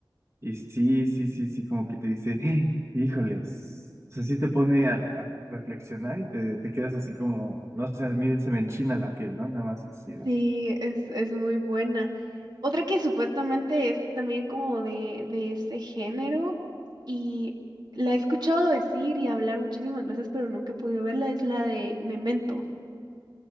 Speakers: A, on the right (about 35°); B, on the right (about 60°).
A: Y sí, sí, sí, sí, como que te dice, "Eh, híjoles. O sea, sí te pone a, a reflexionar y te, te quedas así como, no sé, a mí se me enchina la piel, ¿no? Nada más así.
B: Sí, es, es muy buena. Otra que supuestamente es también como de, de ese género y la he escuchado decir y hablar muchísimas veces, pero nunca he podido verla, es la de Memento.